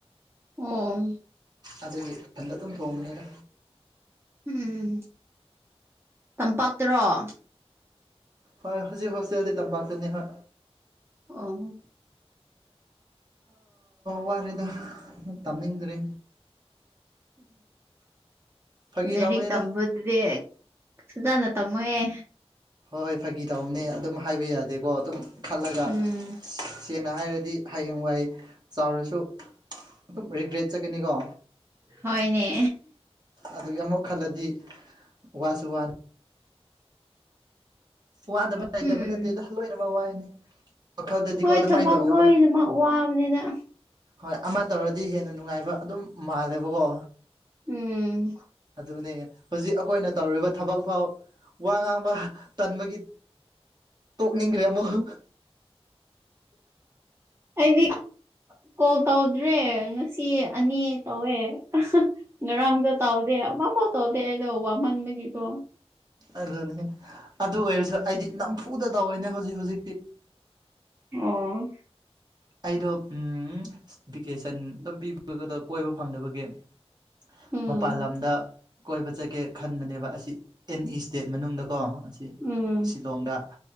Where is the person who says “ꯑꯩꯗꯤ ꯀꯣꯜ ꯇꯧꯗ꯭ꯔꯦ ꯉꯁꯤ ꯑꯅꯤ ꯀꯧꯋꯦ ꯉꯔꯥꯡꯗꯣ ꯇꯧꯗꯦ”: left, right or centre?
Right